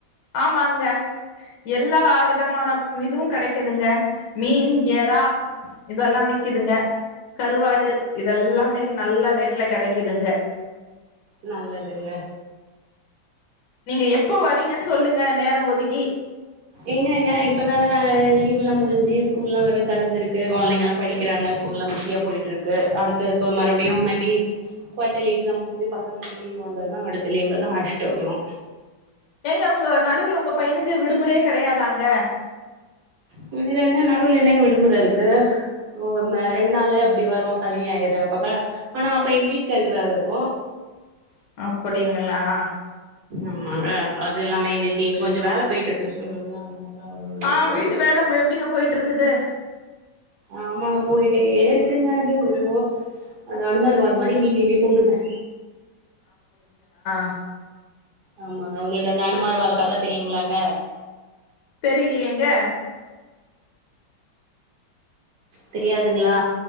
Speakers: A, on the left; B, on the right.
A: ஆமாங்க எல்லா விதமான இதுவு கெடைக்குதுங்க மீன் எறா இதெல்லா விக்குதுங்க கருவாடு இதெல்லாமே இங்க நல்ல ரேட்டுல கெடைக்குதுங்க
B: நல்லதுங்க
A: நீங்க எப்ப வரீங்கன் சொல்லி க நேர ஒதுதிக்
B: எங்க எங்க இப்பதானோ லீவ் எல்லா முடிஞ்சி இங்கயே ஸ்கூலா வேற திறந்தருக்கு கொழந்தைங்கள்லா படிக்கிறாங்க ஸ்கூலா பிஸியாக போயிட்டுருக்கு அடுத்த இப்போ மறுபடியும் மேபி குவ்டர்லி எக்ஸாம் முடிஞ்சு பசங்களுக்கு லீவ் வந்தா தா அடுத்த லீவவில் தா அழைச்சிட்டு வரணு
A: எங்க உங்க நடுவில உங்க பையனுக் <unintelligible> விடுமுறையே கிடையாதாங்க
B: வேற என்ன நடுவுல என்னங்க விடுமுற இருக்கு <unintelligible> ரெண்டு நாளு அப்படி வரு சனிய ஞாயிரு அப்பதா ஆனா அப்ப எங்க வீட்டுக்காருக்கு வேல இருக்கு
A: அப்படிங்களா ஆ
B: ஆமாங்க அது இல்லாம எங்களுக்கு இங்க கொஞ்சோ வேல போயிட்டு இருக்குன்னு சொன்ன அதனால அவ்ளோ இது
A: ஆ
B: இருக்காது
A: வீட்டு வேல எப்படிங்க போயிட்டு இருக்குது
B: ஆமாங்க போயிட்டே இருக்குங்க அது மெதுவா அது அனுமன் வாலு மாரி அது நீண்டுகிட்டே போகுந்துக
A: ஆ
B: ஆமாங்க உங்களுக்கு அந்த அனுமார் வாலு கத தெரியுங்களாங்க
A: தெரியலையேங்க
B: தெரியாதுங்களா